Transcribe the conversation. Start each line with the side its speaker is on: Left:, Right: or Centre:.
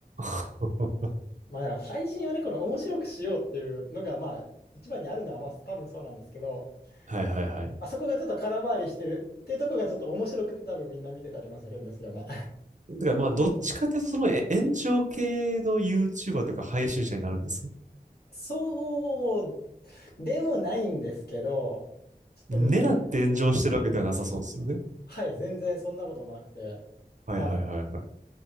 Right: <laughs>
Left: う。まあ、配信はね、この面白くしようっていうのが、まあ、一番にあるのは、まあ、多分そうなんですけど、
Right: はいはいはい。
Left: あそこがちょっと空回りしてるっていうとこがちょっと面白くて多分みんな見てたりもするんですよね。
Right: だからまあ、どっちかっていうと、そのえ炎上系の YouTuber というか配信者になるんです。
Left: <laughs> そうでもないんですけど、ちょっと難しいですね。
Right: 狙って炎上してるわけではなさそうですよね。
Left: はい、全然そんなこともなくて。
Right: はいはいはいはい。
Left: まあ